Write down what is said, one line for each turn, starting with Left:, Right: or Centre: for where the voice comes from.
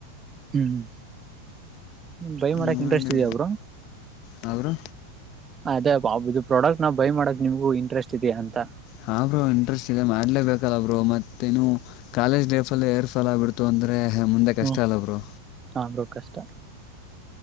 Right: ಹ್ಮ್ ಹ್ಮ ಬೈ ಮಾಡಕ್
Left: ನೋಡಿ
Right: ಇಂಟ್ರೆಸ್ಟ್ ಇದೆಯ ಬ್ರೋ
Left: ಹಾಂ ಬ್ರೋ
Right: ಅದೇ ಇದು ಪ್ರಾಡಕ್ಟ್ ನ ಬೈ ಮಾಡಕ್ ನಿಮ್ಗೂ ಇಂಟ್ರೆಸ್ಟ್ ಇದೆಯಾ ಅಂತ
Left: ಹ್ರರು ಇಂಟ್ರೆಸ್ಟ್ ಇದೆ ಮಾಡ್ಲೇಬೇಕಲ್ಲಬ್ರು ಮತ್ತೇನು ಕಾಲೇಜ್ ಲೈಫ ಅಲ್ಲ ಏರ್ ಫಲ ಆಬ ಬಿಡ್ತು ಅಂತ ಅ ಮುಂದೆ
Right: ಹ್ಮ್
Left: ಕಷ್ಟ ಅಲ್ಲ ಬ್ರೋ
Right: ಹಾ ಬ್ರೋ ಕಷ್ಟ